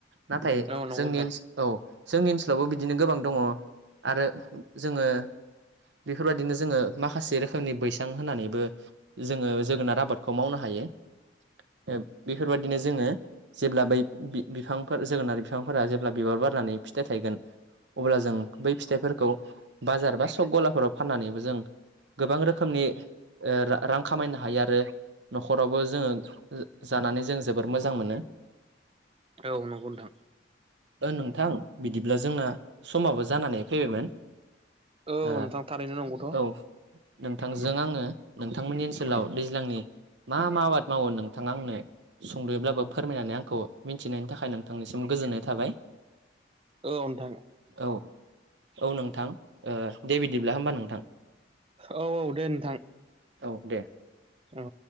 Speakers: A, on the right (about 70°); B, on the right (about 30°).
A: नाथाय
B: औ औ नंगौ
A: जोंनि
B: नोंथां
A: ओनसो औ जोंनि ओनसोलावबो बिदिनो गोबां दङ। आरो जोङो बेफोरबादिनो जोङो माखासे रोखोमनि बैसां होनानैबो जोङो जोगोनार आबादखौ मावनो हायो। ओ बेफोरबादिनो जोङो जेब्ला बै बि-बिफांफोर जोगोनार बिफांफोरा जेब्ला बिबार बारो बारनानै फिथाइ थायगोन अब्ला जों बै फिथाइफोरखौ बाजार बा सक गलाफोराव फाननानैबो जों गोबां रोखोमनि ओ रा-रां खामायनो हायो आरो न'खरावबो जोङो जानानै जों जोबोर मोजां मोनो।
B: औ नंगौ नोंथां।
A: ओ नोंथां बिदिब्ला जोंना समाबो जानानै फैबायमोन
B: औ
A: ओ
B: नोंथां थारैनो नंगौथ'
A: औ नोंथां जों आङो नोंथांमोननि ओनसोलाव दैज्लांनि मा मा आबाद मावो नोंथाङा आंनो सुंद'यैब्लाबो फोरमायनानै आंखौ मिनथिहोनायनि थाखाय नोंथांनिसिम गोजोननाय थाबाय।
B: औ नोंथां
A: ओ औ औ नोंथां ओ दे बिदिब्ला होमबा नोंथां।
B: औ औ दे नोंथां।
A: औ दे
B: औ